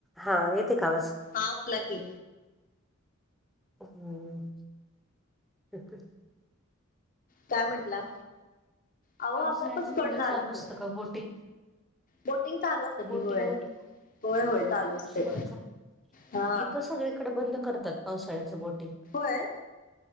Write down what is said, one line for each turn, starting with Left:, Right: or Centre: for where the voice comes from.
Centre: हा येते कावच
Left: हाव ला के
Centre: ह तेक
Left: काय म्हटलं आहो
Centre: पावसाळ्याचं
Left: आपोआपच
Centre: म्हणलं
Left: कट झाला
Centre: चालू असतं
Left: तो
Centre: का बोटिंग
Left: बोटिंग चालू असते
Centre: बोटिंग
Left: की होय
Centre: मध्ये
Left: होय होय चालू असते
Centre: होय का
Left: हा
Centre: इथं सगळी इकडे बंद करतात पावसाळ्याचं बोटिंग
Left: होय